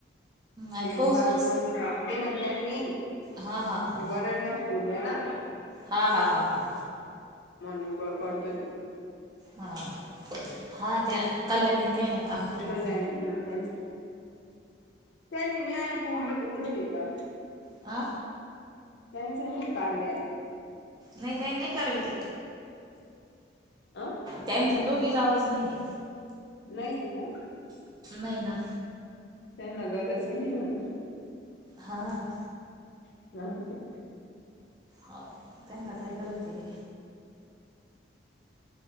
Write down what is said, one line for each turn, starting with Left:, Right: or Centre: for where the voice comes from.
Right: आणि
Left: ते
Right: पाऊस
Left: बाजू
Right: पण
Left: माझी काम केलं ना त्यांनी ते
Right: हा हा हा
Left: वनंड्या फोडल्या ना
Right: हा हा हा.
Left: म्हणून ब पाडतोय तो.
Right: हा का हा त्या कल्याणीन ते आहे ना काम केलं
Left: कल्याणी
Right: ना
Left: नी त्यांचा त्यांनी मी ऐप उ उघडली का?
Right: आ
Left: त्यांचा नी कार्य ऐप?
Right: नाही त्यानं नाही करल ती.
Left: आं
Right: त्यांचा दोघीचा आवाजं नाहीये.
Left: नाहीये का?
Right: नाही ना.
Left: त्यांना गरज बी नाही आहे म्हणा.
Right: हा.
Left: <unintelligible>
Right: हाव त्यांना काय गरज आहे.